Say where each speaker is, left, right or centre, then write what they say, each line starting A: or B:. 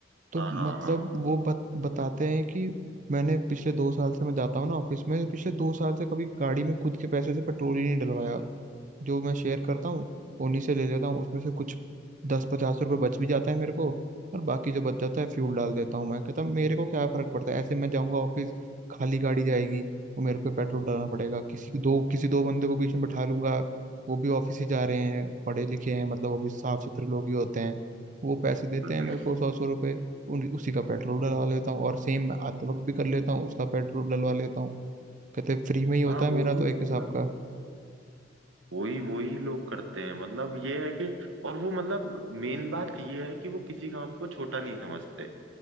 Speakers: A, on the right; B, on the right.
A: तो
B: हाँ हाँ
A: मतलब
B: हाँ हाँ
A: वो बत, बताते हैं कि मैंने पिछले दो साल से मैं जाता हूँ ना ऑफिस में तो पिछले दो साल से कभी गाड़ी में खुद के पैसे से पेट्रोल ही नहीं डलवाया जो मैं शेयर करता हूँ उन्हीं से ले लेता हूँ उसमें से कुछ दस पचास रुपये बच भी जाता है मेरे को और बाकी जो बच जाता है फ्यूल डाल देता हूँ मैं कहता हूँ मेरे को क्या फर्क पड़ता है ऐसे मैं जाऊँगा ऑफिस खाली गाड़ी जाएगी और मेरे को पेट्रोल डालना पड़ेगा किसी दो किसी दो बंदे को बीच में बैठा लूंगा वो भी ऑफिस ही जा रहे हैं पढ़े लिखे हैं मतलब वो भी साफ सुथरे लोग ही होते हैं वो पैसे देते
B: बिल्कुल
A: हैं मेरे
B: बिल्कुल।
A: को सौ सौ रुपये उन उसी का पेट्रोल डलवा लेता हूँ और सेम मैं आते वक्त भी कर लेता हूँ उसका पेट्रोल डलवा लेता हूँ कहते फ्री में ही होता
B: हाँ
A: है
B: वो
A: मेरा
B: ही
A: तो एक
B: रहता
A: हिसाब का
B: है वही वही लोग करते हैं मतलब ये है कि और वो मतलब मेन बात ये है कि वो किसी काम को छोटा नहीं समझते